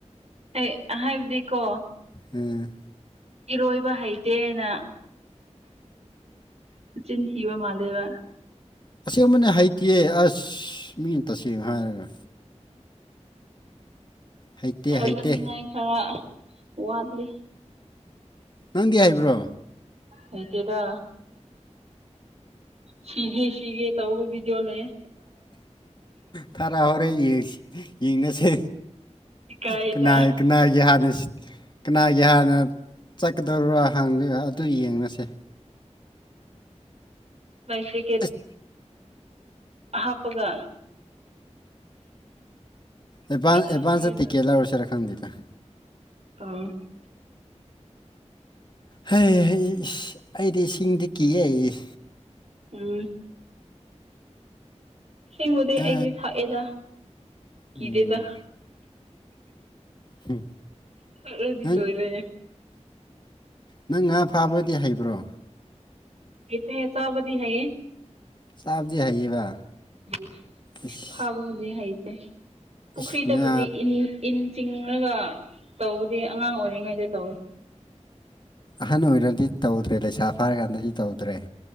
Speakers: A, on the right; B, on the left.
A: ꯍ ꯍꯥꯏꯕꯗꯤꯀꯣ
B: ꯎꯝ
A: ꯏꯔꯣꯏꯕ ꯍꯩꯇꯦꯅ ꯆꯤꯟꯊꯕ ꯃꯥꯂꯦꯕ
B: ꯑꯁꯦꯡꯕꯅꯦ ꯍꯩꯇꯌꯦ ꯑꯁ ꯃꯤꯅ ꯇꯁꯦꯡꯅ ꯍꯥꯏꯔꯒ ꯍꯩꯇꯦ
A: ꯊꯥꯖꯅꯤꯡꯉꯥꯏ
B: ꯍꯩꯇꯦ
A: ꯈꯔ ꯋꯥꯠꯂꯤ
B: ꯅꯪꯗꯤ ꯍꯥꯏꯕ꯭ꯔꯣ
A: ꯑꯩꯇꯦꯗ ꯁꯤꯒꯦ ꯁꯤꯒꯦ ꯇꯧꯕꯧꯕꯕꯗ꯭ꯣ ꯂꯩꯦ
B: ꯐꯔꯥ ꯍꯣꯔꯦ ꯌꯦꯡꯁꯤ ꯌꯦꯡꯅꯁꯦ
A: ꯏꯀꯥꯏꯗ
B: ꯀꯅꯥꯏ ꯀꯅꯥꯏꯒꯤꯦ ꯍꯥꯟꯅ ꯀꯅꯥꯒꯤ ꯍꯥꯟꯅ ꯆꯠꯀꯗꯧꯔꯣ ꯍ ꯑꯗꯨ ꯌꯦꯡꯅꯁꯦ
A: ꯃꯩꯁꯤ ꯀꯦ
B: ꯑꯁ
A: ꯍꯥꯞꯄꯒ
B: ꯑꯦꯚ ꯑꯦꯗꯚꯥꯟꯁ
A: ꯁꯤꯒꯦ
B: ꯇꯤꯀꯦꯂ ꯑꯣꯏꯔꯁꯔ ꯈꯪꯗꯗ
A: ꯑꯥ
B: ꯍꯩ ꯍꯦ ꯑꯩꯗꯤ ꯏꯁꯤꯡꯗꯤ ꯀꯤꯑꯦ
A: ꯎꯝ ꯏꯦꯡꯕꯨꯗꯤ ꯑꯩꯗꯤꯦ
B: ꯑ,
A: ꯊꯥꯛꯑꯦꯗ ꯀꯤꯗꯦꯗ
B: ꯎꯝ ꯍꯨꯝ
A: ꯑꯗꯨꯗꯤ
B: ꯅꯪ
A: ꯂꯣꯏꯔꯦ
B: ꯅꯪ ꯉꯥ ꯐꯥꯕꯗꯤ ꯍꯩꯕ꯭ꯔꯣ
A: ꯍꯩꯇꯦꯍꯦ ꯆꯥꯕꯗꯤ ꯍꯥꯏꯌꯦ
B: ꯆꯥꯕꯗꯤ ꯍꯩꯌꯦꯕ
A: ꯎꯝ
B: ꯏꯁ
A: ꯐꯥꯕꯕꯨꯗꯤ ꯍꯩꯇꯦ ꯄꯨꯈ꯭ꯔꯤꯗꯕꯨꯗꯤ
B: ꯏꯁ ꯉꯥ
A: ꯏꯟ ꯏꯟ ꯆꯤꯡꯉꯒ ꯇꯧꯕꯗꯤ ꯑꯉꯥꯡ ꯑꯣꯏꯔꯤꯉꯩꯗ ꯇꯧꯋꯤ
B: ꯑꯍꯟ ꯑꯣꯏꯅꯗꯤ ꯇꯧꯗ꯭ꯔꯦ ꯂꯩꯁꯥ ꯐꯥꯔꯀꯥꯟꯗꯗꯤ ꯇꯧꯗ꯭ꯔꯦ